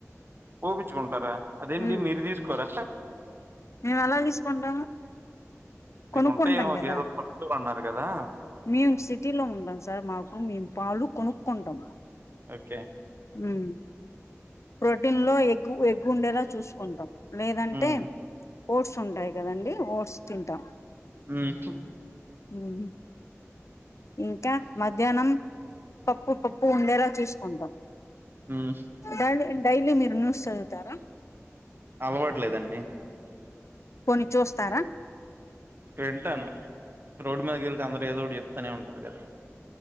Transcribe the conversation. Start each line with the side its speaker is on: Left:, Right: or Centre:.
Right: ఊపించుకుంటారా అదేంటి
Left: ఉమ్
Right: మీరు తీసుకోరా
Left: మేము ఎలా తీసుకుంటాము కొనుక్కుంటాం
Right: మీకు ఉంటాయేమో
Left: కదా
Right: గేదెలు పల్లెటూరు అన్నారు కదా
Left: మేము సిటీలో ఉ <unintelligible> మాకు మేము పాలు కొనుక్కుంటాం.
Right: ఓకే
Left: హ్మ్ ప్రోటీన్ లో ఎగ్ ఎగ్ ఉండేలా చూసుకుంటాం లేదంటే
Right: ఉమ్
Left: ఓట్స్ ఉంటాయి కదండి ఓట్స్ తింటాం.
Right: హ్మ్
Left: ఉమ్ ఇంకా మధ్యాహ్నం పప్పు పప్పు ఉండేలా చూసుకుంటాం.
Right: ఉమ్
Left: డైలీ డైలీ మీరు న్యూస్ చదువుతారా
Right: అలవాట్లేదండి
Left: పోని చూస్తారా
Right: వింటాను రోడ్డు మీద కెలితే అందరు ఏదోఒకటి చెప్తూనే ఉంటారు కదా